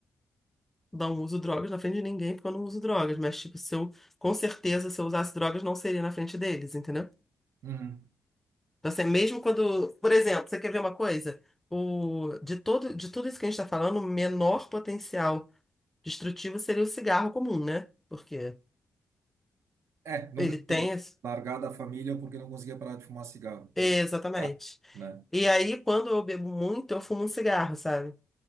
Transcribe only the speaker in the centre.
não uso drogas na frente de ninguém porque eu não uso drogas. Mas, tipo, se eu, com certeza, se eu usasse drogas, não seria na frente deles, entendeu?
Então, assim, mesmo quando. Por exemplo, você quer ver uma coisa? O, de todo, de tudo isso que a gente está falando, o menor potencial destrutivo seria o cigarro comum, né? Porque
ele tem. esse-
Exatamente.
E aí, quando eu bebo muito, eu fumo um cigarro, sabe?